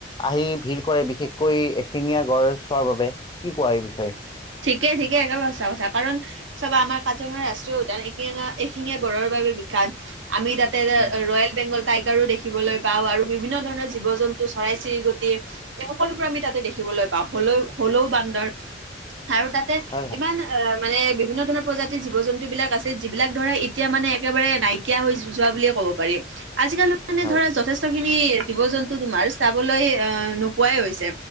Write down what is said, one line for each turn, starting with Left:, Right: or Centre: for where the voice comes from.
Left: আহি ভিৰ কৰে বিশেষকৈ এশিঙীয়া গঁড় চোৱাৰ বাবে, কি কোৱা এই বিষয়ে? <inaudible>
Right: ঠিকেই-ঠিকেই একেবাৰে সঁচা কথা কাৰণ <inaudible> চাবা আমাৰ কাজিৰঙা ৰাষ্ট্ৰীয় উদ্যান এশিঙীয়া-এশিঙীয়া গঁড়ৰ বাবে বিখ্যাত। আমি তাত <inaudible> <unintelligible>
Left: উম
Right: ৰয়েল বেংগল টাইগাৰো দেখিবলৈ পাওঁ আৰু বিভিন্ন ধৰণৰ জীৱ-জন্তু চৰাই-চিৰিকটি এই সকলোবোৰ আমি তাতে দেখিবলৈ পাওঁ। হলৌ-হলৌ বান্দৰ <unintelligible> আৰু তাতে
Left: হয় হয়
Right: ইমান <unintelligible> আহ মানে বিভিন্ন ধৰণৰ প্ৰজাতিৰ জীৱ-জন্তুবিলাক আছে যিবিলাক ধৰা এতিয়া মানে একেবাৰে নাই <unintelligible> নাইকিয়া হৈ যোৱা বুলিয়ে ক'ব পাৰি। আজিকালি মানে
Left: হয়
Right: ধৰা যথেষ্টখিনি জীৱ-জন্তু <inaudible> <unintelligible> তোমাৰ চাবলৈ আহ নোপোৱাই হৈছে।